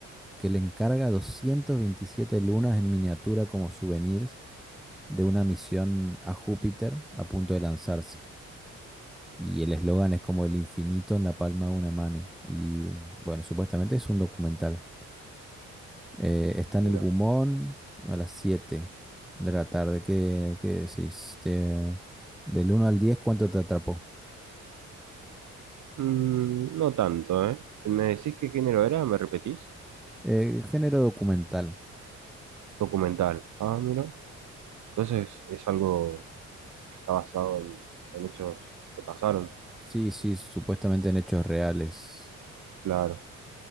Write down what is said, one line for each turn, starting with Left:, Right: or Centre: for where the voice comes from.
Centre: que le encarga 227 lunas en miniatura como souvenirs de una misión a Júpiter a punto de lanzarse. Y el eslogan es como el infinito en la palma de una mano. Y bueno, supuestamente es un documental. Eh, está en
Right: Mira.
Centre: el Gumón a las 7 de la tarde. ¿Qué, qué decís? Te- del uno al diez ¿cuánto te atrapó?
Right: Mm, no tanto, ¿eh? ¿Me decís qué género era? ¿Me repetís?
Centre: Eh, género documental.
Right: Documental. Ah, mira. Entonces es algo que está basado en, en hechos que pasaron.
Centre: Sí, sí, supuestamente en hechos reales.
Right: Claro.